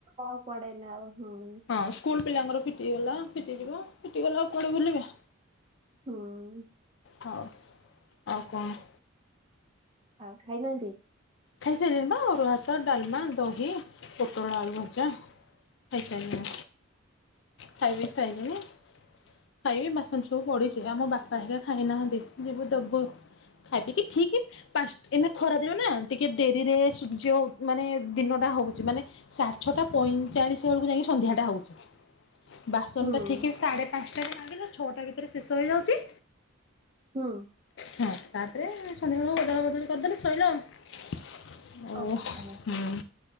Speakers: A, on the right; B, on the left.
A: ଆଉ କଡେନି ଆଉ ହୁଁ।
B: ହଁ ସ୍କୁଲ ପିଲାଙ୍କର ଫିଟିଗଲା ଫିଟି ଯିବ ଫିଟିଗଲା ଆଉ କୁଆଡେ ବୁଲିବେ।
A: ହଁ।
B: ହଉ ଆଉ କଣ?
A: ଆଉ ଖାଇନାହାନ୍ତି।
B: ଖାଇସାଇଲେନି ତ ଅରୁଆ ଭାତ ଡାଲମା ଦହି ପୋଟଳ ଆଳୁ ଭଜା। ଖାଇଶାଇଲେନି ଖାଇ ପିଇ ସାଇଲିନି। ଖାଇବି ବାସନ ସବୁ ପଡ଼ିୁଛି ଆମ ବାପା ହେକା ଖାଇନାହାଁନ୍ତି ଯିବୁ ଦେବୁ ଖାଇ ପିକି ଠିକ୍ ପାଞ୍ଚଟା ଏଇନା ଖରା ଦିନ ନା ଟିକେ ଡେରିରେ ସୂର୍ଯ୍ୟ ମାନେ ଦିନଟା ହଉଛି ମାନେ ସଠେ ଛଅଟା ପଇଁଚାଳିଶ ବେଳକୁ ଯାଇକି ସନ୍ଧ୍ୟାଟା ହଉଛି। ବାସନ
A: ହୁଁ
B: ଟା ଠିକ ସାଢେ ପାଞ୍ଚଟାରେ ମାଜିଲେ ଛଅଟା ଭିତରେ ଶେଷ ହେଇଯାଉଛି।
A: ହୁଁ
B: ହଁ ତାପରେ ସନ୍ଧ୍ୟାବେଳକୁ ବଦଲା ବଦଳି କରିଦେଲେ ଶଇଲା ଆଉ। ଆଉ
A: ଓ ହୋ